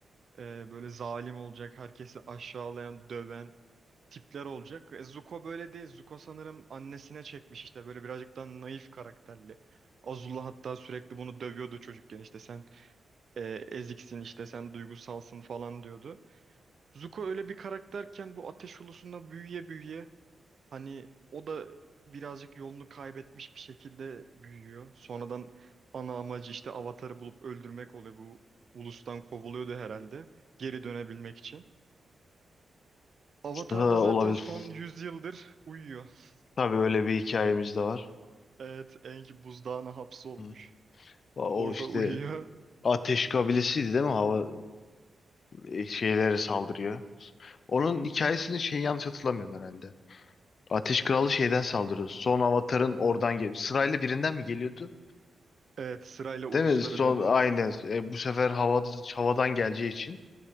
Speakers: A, on the right (about 55°); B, on the left (about 55°).
A: e, böyle zalim olacak, herkesi aşağılayan, döven tipler olacak. E, Zuko böyle değil. Zuko sanırım annesine çekmiş işte böyle birazcık daha naif karakterli. Azula hatta sürekli bunu dövüyordu çocukken işte sen e, eziksin işte sen duygusalsın falan diyordu. Zuko öyle bir karakterken bu ateş ulusunda büyüye büyüye hani o da birazcık yolunu kaybetmiş bir şekilde büyüyor. Sonradan ana amacı işte Avatar'ı bulup öldürmek oluyor. Bu ulustan kovuluyordu herhalde geri dönebilmek için. Avatar
B: ha,
A: da zaten
B: olabilir.
A: son 100 yıldır uyuyor.
B: Tabii öyle bir hikayemiz de var.
A: Evet, Aang buzdağına hapsolmuş.
B: Hı. O
A: Orada
B: işte
A: uyuyor.
B: ateş kabilesiydi değil mi? Hava e, şeylere saldırıyor. Onun hikayesini şey yanlış hatırlamıyorum herhalde. Ateş Kralı şeyden saldırıyor. Son Avatar'ın oradan geliyor. Sırayla birinden mi geliyordu?
A: Evet, sırayla uluslara
B: Değil mi? Son
A: dönüyor.
B: aynı. E, bu sefer havada, havadan geleceği için